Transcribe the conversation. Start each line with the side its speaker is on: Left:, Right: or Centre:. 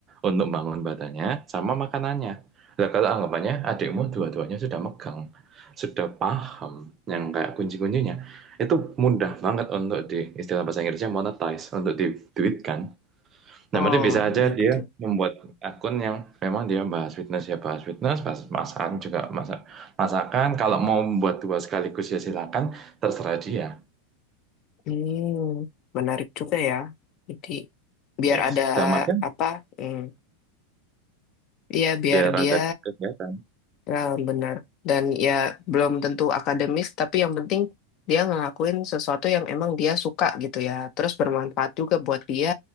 Right: untuk bangun badannya sama makanannya. Nah, kalau anggapannya adikmu dua-duanya sudah megang, sudah paham yang kayak kunci-kuncinya, itu mudah banget untuk di istilah bahasa Inggrisnya monetize, untuk diduitkan. Nah,
Left: Oh
Right: berarti bisa aja
Left: iya
Right: dia
Left: betul.
Right: membuat akun yang memang dia bahas fitness ya bahas fitness, bahas masakan juga masak masakan. Kalau mau membuat dua sekaligus ya silakan, terserah dia.
Left: Hmm, menarik juga ya. Jadi biar
Right: Yes.
Left: ada
Right: Dalam artian
Left: apa? Hmm, iya biar
Right: biar
Left: dia
Right: ada kegiatan.
Left: Ya, benar. Dan ya belum tentu akademis, tapi yang penting dia ngelakuin sesuatu yang emang dia suka gitu ya. Terus bermanfaat juga buat dia